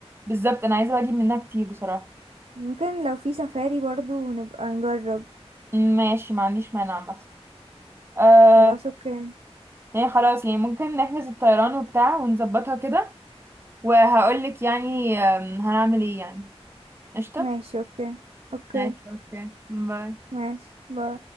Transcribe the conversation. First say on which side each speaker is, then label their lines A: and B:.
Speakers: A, on the right; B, on the right.
A: بالظبط انا عايزه بقى اجيب منها كتير بصراحه
B: ممكن لو في سفاري برضو نبقى نجرب
A: أمم، ماشي ما عنديش مانع عامه آه
B: خلاص اوكي
A: يعني خلاص يعني ممكن نحجز الطيران وبتاع ونظبطها كده وهقولك يعني آم، هنعمل ايه يعني قشطه
B: ماشي اوكي اوكي
A: ماشي اوكي باي
B: ماشي باي